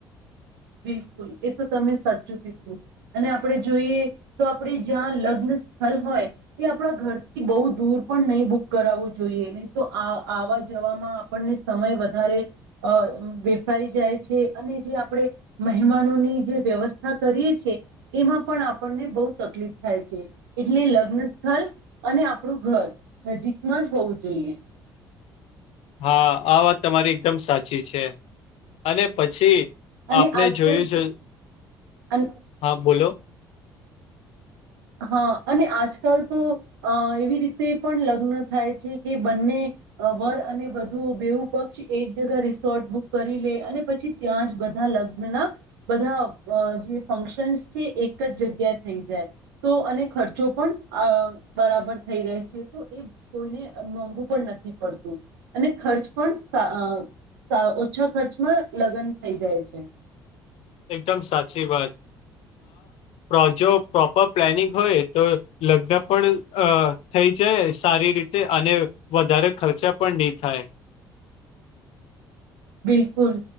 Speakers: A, on the right; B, on the left.
A: બિલકુલ એ તો તમે સાચું કીધું અને આપણે જોઈએ તો આપણે જ્યાં લગ્ન. હોય એ આપણા ઘરથી બ દૂર પણ નહી બુક કરવું જોઈએ નહી તો. જવામાં આપણને સમય વધારે અ <unintelligible> જાય છે, અને જે આપણે. મહેમાનોની જે વ્યવસ્થા કરીએ <unintelligible> છેએ એમાં પણ આપણને બહુ તકલીફ થાય છે. એટલે લગ્ન સ્થળ અને આપણું ઘર નજીકમાં જ હોવું જોઈએ.
B: હા આ વાત તમારી એકદમ સાચી છે, અને પછી.
A: અને
B: આપણે
A: આજકાલ
B: જોયું
A: તો-
B: છે,
A: અને
B: હા બોલો.
A: હા અને આજકાલ તો અ એવી રીતે પણ લગ્ન થાય છે, કે બંને. વર અને <unintelligible> બેવું પક્ષ એક જગા રિસોર્ટ બુક કરી લે અને પછી ત્યાં જ બ બધા લગ્નના બધા જે ફંક્શન્સ છે, એક જ જગ્યાએ થઈ જાય. તો અને ખર્ચો પણ બરાબર થઈ રહે છે, તો એ કોઈને મોંઘું પણ નથી. નથી પડતું અને ખર્ચ પણ. ઓછા ખર્ચમાં લગ્ન થઈ જાય છે.
B: એકદમ સાચી વાત. હ <unintelligible> પ્રોપર પ્લાનિંગ હોય તો લગ્ન પણ અ. થઈ જાય સારી રીતે અને વધારે ખર્ચા પણ નહી થાય.
A: બિલકુલ.